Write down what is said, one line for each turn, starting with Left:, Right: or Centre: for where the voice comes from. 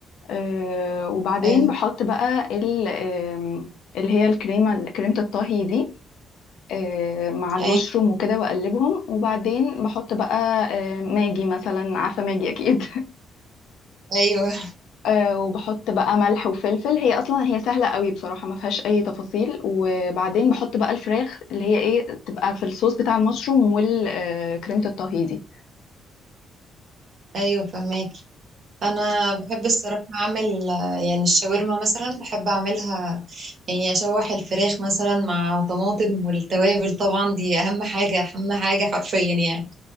Left: آه، وبعدين
Right: ايوه
Left: بحط بقى ال- آم، اللي هي الكريمة كريمة الطهي دي آه، مع المشروم
Right: ايوه
Left: وكده واقلبهم وبعدين بحط بقى آه، ماجي مثلا عارفه ماجي اكيد <laughs>
Right: ايوه
Left: آه، وبحط بقى ملح وفلفل هي اصلا هي سهله قوي بصراحه ما فيهاش اي تفاصيل وبعدين بحط بقى الفراخ اللي هي ايه تبقى في الصوص بتاع المشروم والكريمه الطهي دي
Right: ايوه فهماكي انا بحب الصراحه اعمل آه، يعني الشاورما مثلا بحب اعملها يعني اشوح الفراخ مثلا مع طماطم والتوابل طبعا دي اهم حاجه اهم حاجه حرفيا يعني